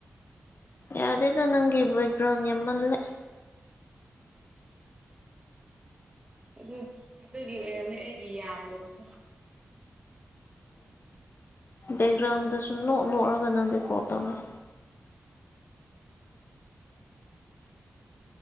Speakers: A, on the left (about 50°); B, on the right (about 20°).
A: ꯌꯥꯗꯦꯗ ꯅꯪꯒꯤ ꯕꯦꯛꯒ꯭ꯔꯥꯎꯟꯗ ꯌꯥꯝꯃꯜꯂꯦ
B: ꯑꯗꯨ ꯑꯗꯨꯒꯤ ꯑꯣꯏꯔꯝꯅꯤ ꯑꯩꯒꯤ ꯌꯥꯝꯗꯕꯁꯦ
A: ꯕꯦꯛꯒ꯭ꯔꯥꯎꯟꯗ ꯗꯁꯨ ꯅꯣꯛꯅꯣꯛꯔꯒ ꯅꯪꯗꯤ ꯀꯣꯜꯇꯧꯋꯦ